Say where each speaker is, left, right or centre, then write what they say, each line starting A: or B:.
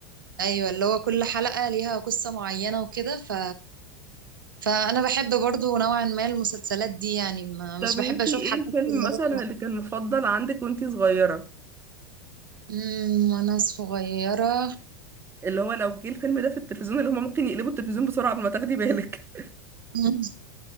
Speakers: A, on the right; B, on the right.
A: ايوه اللي هو كل حلقة ليها قصة معينة وكده ف فانا بحب برضو نوعا ما المسلسلات دي يعني ما
B: طب
A: مش بحب
B: انتي
A: اشوف
B: ايه
A: حاجات
B: الفيلم
A: اللي
B: مثلا
A: هي
B: اللي كان مفضل عندك وانتي صغيرة
A: مم، وانا صغيره
B: اللي هو لو جه الفيلم ده في التلفزيون اللي هما ممكن يقلبوا التلفزيون بسرعة قبل ما تاخدي بالك
A: مم.